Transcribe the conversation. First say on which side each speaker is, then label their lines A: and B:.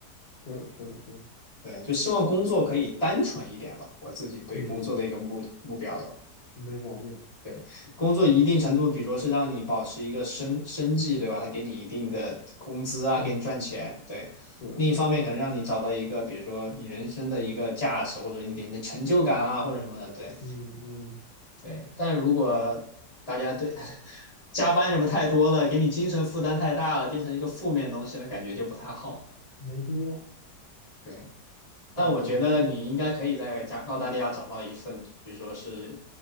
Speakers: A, on the left (about 65°); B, on the left (about 20°).
A: 是的，是的，是的。
B: 对，就希望工作可以单纯一点吧，我自己对工作的一个目目标了。
A: 嗯，没毛病。
B: 对，工作一定程度，
A: 嗯，
B: 比如说是让你保持一个生生计，对吧？他给你一定的工资啊，
A: 生，
B: 给你赚钱，对。
A: 是的。
B: 另一方面，可能让你找到一个，比如说你人生的一个价值，或者一点的成就感啊，或者什么的，对
A: 嗯嗯，
B: 对。但如果大家对 <laughs> 加班什么太多了，给你精神负担太大了，变成一个负面东西了，感觉就不太好。
A: 没必要，
B: 对。但我觉得你应该可以在加澳大利亚找到一份，
A: 大可不必。
B: 比如说是